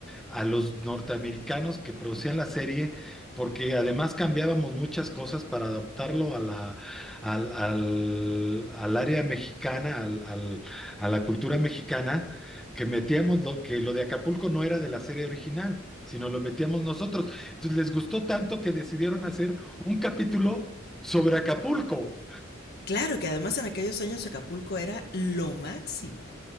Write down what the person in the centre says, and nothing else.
a los norteamericanos que producían la serie porque además cambiábamos muchas cosas para adaptarlo a la, al, al- al área mexicana, al- al- a la cultura mexicana, que metíamos lo, que lo de Acapulco no era de la serie original, sino lo metíamos nosotros. Entonces les gustó tanto que decidieron hacer un capítulo sobre Acapulco.